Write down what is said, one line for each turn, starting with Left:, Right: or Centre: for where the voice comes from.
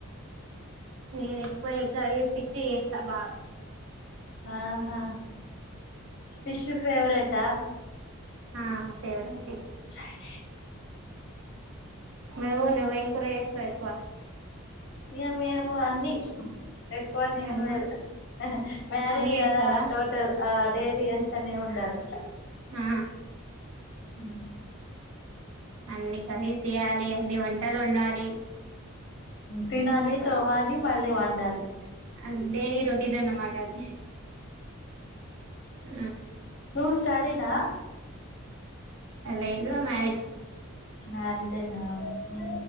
Right: నేను ఎక్కువ యే కర్రీ ఫిష్ చేస్త బాగ
Left: ఆహా ఫిష్ ఫేవరెట్ హ
Right: హ ఫేవరెట్ ఫీ
Left: చైనే
Right: నువ్వు నువ్వేం కూర చేస్తావ్ ఎక్కువ
Left: ఇగ మేము అన్ని ఎక్కువనే
Right: అన్ని
Left: ఏం లేదు మ్యారీడ్
Right: అన్ని చేస్తారా
Left: కదా టోటల్ ఆ డైలీ చెస్ తన్నే ఉండాలె
Right: మ్
Left: ఉ
Right: అన్ని కర్రీస్ చేయాలి అన్ని వంటలు వండాలి
Left: తినాలి తోమాలి మళ్ళీ వండాలి
Right: అ డైలీ రొటీన్ అన్న మాట అవి ఉ
Left: నువ్ స్టడీ నా
Right: అ లేదు మ్యారిడ్
Left: మ్యారిడేనా ఆహా